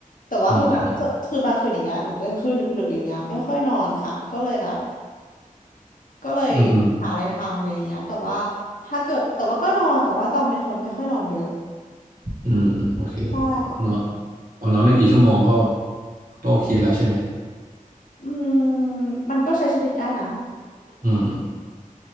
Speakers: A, on the left; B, on the right.
A: แต่ว่าคือบางคือบางคืนอย่างเงี้ยแบบกลางคืนดึกๆอย่างเงี้ยไม่ค่อยนอนค่ะก็เลยแบบ
B: อืมอืม
A: ก็เลยหาอะไรทำอะไรเงี้ยแต่ว่าถ้าเกิดแต่ว่าก็นอนแต่ว่าต้องเป็นคนไม่ค่อยนอนเยอะ
B: อืมอืมอืมโอเคอ๋อนอน
A: ใช่
B: อ๋อนอนไม่กี่ชั่วโมงก็ก็โอเคแล้วใช่ไหม
A: อืมมันก็ใช้ชีวิตได้นะ
B: อืม